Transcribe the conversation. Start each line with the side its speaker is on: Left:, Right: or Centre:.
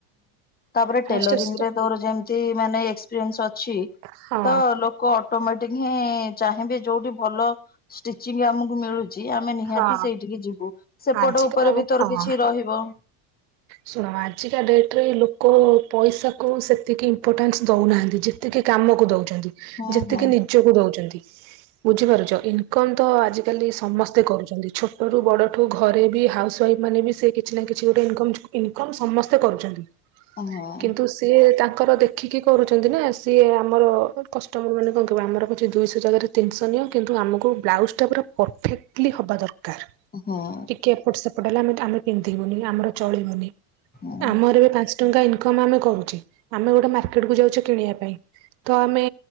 Left: ତାପରେ
Right: ଫାଷ୍ଟେଷ୍ଟ
Left: ଟେଲରିଂ ରେ ତୋର ଯେମିତି ମାନେ ଏକ୍ସପିରିଏନ୍ସ ଅଛି
Right: ହଁ
Left: ତ ଲୋକ ଅଟୋମେଟିକ ହିଁ ଚାହିଁବେ ଯୋଉଠି ଭଲ ଷ୍ଟିଚିଂ ଆମକୁ ମିଳୁ ଚି ଆମେ ନିହାତି
Right: ହଁ।
Left: ସେଇଠିକି ଯିବୁ ସେପଟ
Right: ଆଜିକା
Left: ଉପରେ
Right: ହଁ
Left: ବି ତୋର କିଛି ରହିବ।
Right: ଶୁଣ ଆଜିକା ଡେଟ ରେ ଲୋକ ପଇସା କୁ ସେତିକି ଇମ୍ପୋର୍ଟାନ୍ସ ଦଉନାହାନ୍ତି ଯେତି କି ଯେତିକି କାମକୁ ଦଉଛନ୍ତି
Left: ହଁ
Right: ଯେତିକି
Left: ହଁ
Right: ନିଜକୁ ଦଉଛନ୍ତି ବୁଝିପାରୁଛ ଇନକମ ତ ଆଜିକାଲି ସମସ୍ତେ କରୁଛନ୍ତି ଛୋଟରୁ ବଡ଼ଠୁ ଘରେ ବି ହାଉସ୍ ୱାଇଫ୍ ମାନେ ବି ସେ କିଛି ନା କିଛି ଗୋ ଟେ ଇନକମ ଇନକମ୍ ସମସ୍ତେ କରୁଛନ୍ତି
Left: ହଁ
Right: କିନ୍ତୁ ସେ ତା ତାଙ୍କର ଦେଖିକି କରୁଛନ୍ତି ନା ସିଏ ଆମର କଷ୍ଟମର ମାନେ କଣ କହିବେ ଆମର କଛି ଦିଇଶହ ଜାଗାରେ ତିନିଶହ ନିଅ କିନ୍ତୁ ଆମକୁ ବ୍ଲାଉଜ ଟା ପୁରା ପରଫେକ୍ଟଲି ହବା ଦର କାର
Left: ହଁ
Right: ଟିକେ ଏପଟ ସେପଟ ହେଲା ଆମେ ଆମେ ପିନ୍ଧିବୁନି ଆମର ଚଳିବନି।
Left: ହଁ
Right: ଆମର ଏ ବି ପାଞ୍ଚ ଟଙ୍କା ଇନକମ ଆମେ କରୁଛେ ଆମେ ଗୋଟେ ମାର୍କେଟ କୁ ଯାଉଛେ କିଣିଆ ପାଇଁ। ତ ଆମେ